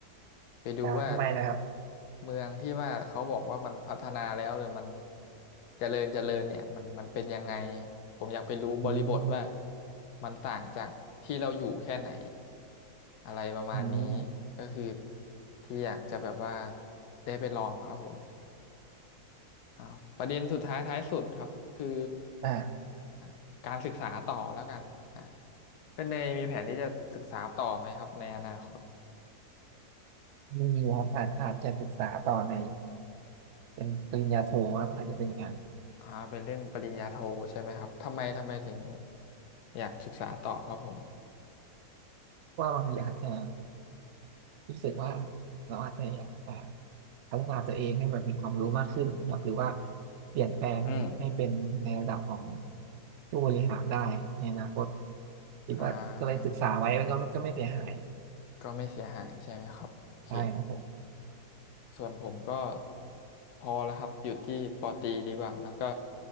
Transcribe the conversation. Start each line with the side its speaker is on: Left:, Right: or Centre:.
Left: ไปดูว่า
Right: อ่าทำไมนะครับ
Left: เมืองที่ว่าเขาบอกว่ามันพัฒนาแล้วหรือมันเจริญเจริญเนี่ยมันมันเป็นยังไงผมอยากไปรู้บริบทว่า
Right: อืม
Left: มันต่างจากที่เราอยู่แค่ไหนอะไรประมาณนี้
Right: อืม
Left: ก็คือที่อยากจะแบบว่าได้ไปลองครับผม อ่าประเด็นสุดท้ายท้ายสุดครับคือ
Right: อ่า
Left: อ่ะการศึกษาต่อแล้วกันอ่ะเพื่อนเนยมีแผนที่จะศึกษาต่อไหมครับในอนาคต
Right: มีครับอาจอาจจะศึกษาต่อในเป็นปริญญาโทครับอาจจะเป็นอย่างนั้น
Left: อ่าเป็นเรื่องปริญญาโทใช่ไหมครับทำไมทำไมถึงอยากศึกษาต่อครับผม
Right: เพราะว่าบางทีอาจจะรู้สึกว่าเราอาจจะอยากอ่าพัฒนาตัวเองให้แบบมีความรู้มากขึ้นนะครับหรือว่าเปลี่ยนแปลงให้เป็นในระดับของ
Left: อืม
Right: ผู้บริหารได้ครับในอนาคตคิดว่าก็เลยศึกษาไว้ก็ไม่ก็ไม่เสียหาย
Left: อ่าก็ไม่เสียหายใช่ไหมครับโอเค
Right: ใช่ครับผม
Left: ส่วนผมก็พอแล้วครับหยุดที่ปอตรีดีกว่าแล้วก็